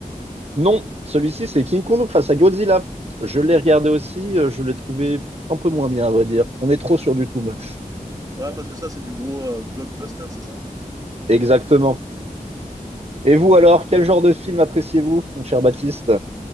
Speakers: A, on the right; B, on the right.
A: Non, celui-ci, c'est King Kong face à Godzilla. Je l'ai regardé aussi, euh, je l'ai trouvé un peu moins bien, à vrai dire. On est trop
B: D'accord.
A: sur du too much.
B: Ouais,
A: Voilà.
B: parce que ça, c'est du gros euh, blockbuster, c'est ça?
A: Exactement. Et vous alors, quel genre de film appréciez-vous, mon cher Baptiste?